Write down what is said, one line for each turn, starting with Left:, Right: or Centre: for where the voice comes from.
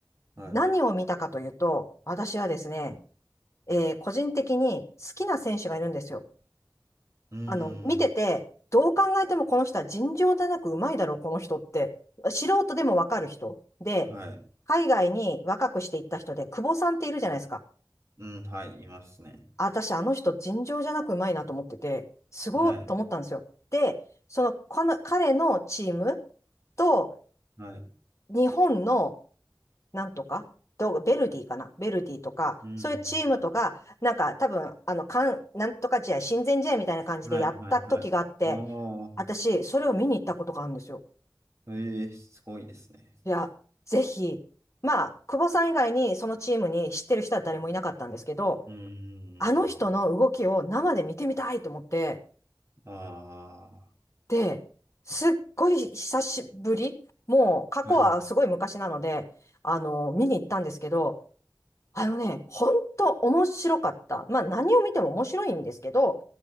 Right: はい。
Left: 何を見たかというと、私はですね、えー個人的に好きな選手がいるんですよ。
Right: うん、うん、
Left: あの、見てて、どう考えてもこの人は尋常でなくうまいだろう、この人って。素人でもわかる人。で、
Right: うん。はい。
Left: 海外に若くしていった人で、久保さんっているじゃないですか。
Right: うん、はい、いますね。
Left: 私、あの人、尋常じゃなくうまいなと思ってて、すごいと思ったんですよ。
Right: はい。
Left: で、その、この彼のチームと、
Right: はい。
Left: 日本の、なんとか、どうベルディかなベルディとか、
Right: うん、
Left: そういうチームとか、
Right: うん。
Left: なんか多分、あの、かん、なんとか試合、親善試合みたいな感じでやった時があって、
Right: はい、はい、はい。ああ、
Left: 私、それを見に行ったことがあるんですよ。
Right: ええすごいですね。
Left: いや、ぜひ、まあ、久保さん以外にそのチームに知ってる人は誰もいなかったんですけど、
Right: うん、うん、うん。
Left: あの人の動きを生で見てみたいと思って、
Right: あ
Left: で、すっごい久しぶり、もう過去はすごい昔なので、
Right: あ、はい、
Left: あの、見に行ったんですけど、あのね、本当面白かった。まあ何を見ても面白いんですけど、